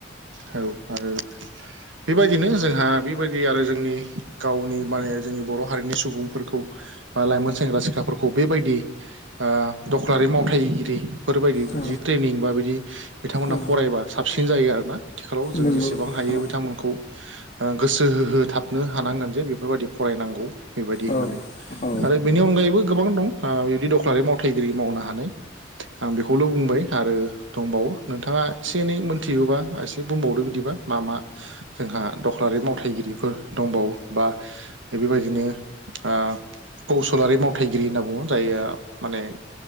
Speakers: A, on the right (about 80°); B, on the left (about 40°).
A: औ आरो बेबायदिनो जोंहा बेबायदि आरो जोंनि गावनि माने जोंनि बर' हारिनि सुबुंफोरखौ बा लाइमोन सेंग्रा सिख्लाफोरखौ बेबायदि ओ दखलारि मावथायगिरि बेफोरबायदि
B: औ
A: जि ट्रेनिं बा बिदि बिथांमोनहा
B: औ
A: फरायबा साबसिन जायो आरोना औ जों
B: नंगौ
A: जेसेबां हायो
B: औ
A: बिथांमोनखौ ओ गोसो होहो थाबनो हानांगोन जे बेफोरबायदि फरायनांगौ बेबायदि
B: औ
A: होननानै
B: औ
A: आरो बेनि अनगायैबो गोबां दं बिदि दखलारि मावथायगिरि मावनो हानाय आं बेखौल' बुंबाय आरो दंबावो नोंथाङा एसे एनै मोनथिगौबा एसे एसे बुंबावदो बिदिबा मा मा जोंहा दखलारि मावथायगिरिफोर दंबावो बा बेफोरबायदिनो ओ कौसलारि मावथायगिरि होनना बुङो जायआ माने